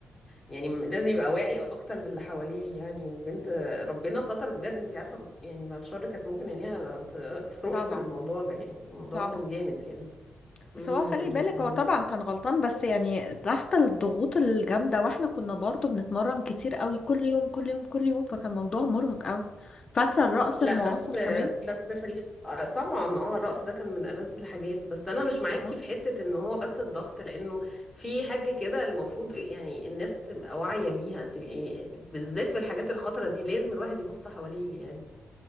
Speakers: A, in the centre; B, on the left.
A: يعني م- لازم يبقى واعي اكتر باللي حواليه يعني والبنت ربنا ستر بجد انت عارفه يعني بعد شر كانت ممكن عينيها ت- تروح
B: طبعا
A: في الموضوع ده يعني الموضوع
B: طبعا
A: كان جامد يعني
B: بس
A: أمم،
B: هو خلي
A: أمم،
B: بالك
A: أمم.
B: هو طبعا كان غلطان بس يعني تحت الضغوط الجامدة واحنا كنا برضو بنتمرن كتير قوي كل يوم كل يوم كل يوم فكان موضوع مرهق قوي فاكرة الرقص
A: لا
B: المعاصر
A: بس
B: كمان
A: بس في ال... آه، طبعا اه الرقص ده كان من ألذ الحاجات بس انا مش معاكي
B: اه
A: في حته ان هو بس الضغط لانه في حاجه كده المفروض يعني الناس تبقى واعيه بيها تبقى بالذات في الحاجات الخطره دي لازم الواحد يبص حواليه يعني